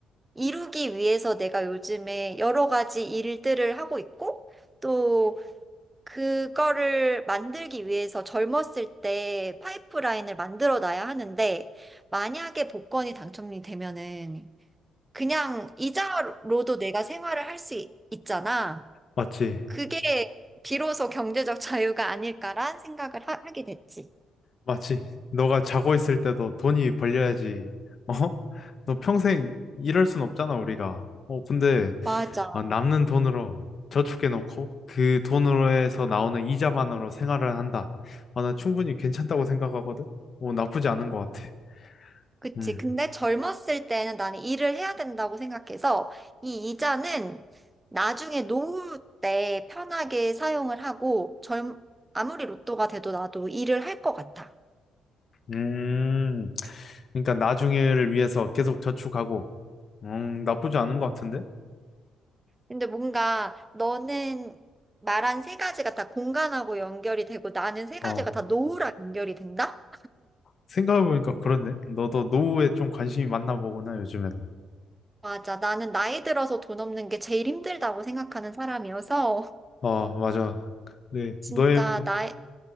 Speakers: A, on the right; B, on the left.
A: 이루기 위해서 내가 요즘에 여러 가지 일들을 하고 있고, 또 그거를 만들기 위해서 젊었을 때 파이프라인을 만들어 놔야 하는데, 만약에 복권이 당첨이 되면은 그냥 이자로도 내가 생활을 할 수 있잖아.
B: 맞지.
A: 그게 비로소 경제적 자유가 아닐까란 생각을 하, 하게 됐지.
B: 맞지. 너가 자고 있을 때도 돈이 벌려야지. 어? 너 평생 이럴 순 없잖아, 우리가. 어, 근데
A: 맞아.
B: 아, 남는 돈으로 저축해놓고 그 돈으로 해서 나오는 이자만으로 생활을 한다. 아, 나 충분히 괜찮다고 생각하거든. 어, 나쁘지 않은 것 같아.
A: 그치.
B: 음.
A: 근데 젊었을 때는 나는 일을 해야 된다고 생각해서 이 이자는 나중에 노후 때 편하게 사용을 하고 젊, 아무리 로또가 돼도 나도 일을 할 것 같아.
B: 음. 그러니까 나중에를 위해서 계속 저축하고, 음, 나쁘지 않은 것 같은데?
A: 근데 뭔가 너는 말한 세 가지가 다 공간하고 연결이 되고 나는 세
B: 어,
A: 가지가 다 노후랑 연결이 된다?
B: 생각해보니까 그렇네. 너도 노후에 좀 관심이 많나 보구나, 요즘에는.
A: 맞아. 나는 나이 들어서 돈 없는 게 제일 힘들다고 생각하는 사람이어서 <laughs>
B: 어, 맞아. 네,
A: 진짜
B: 너의
A: 나이,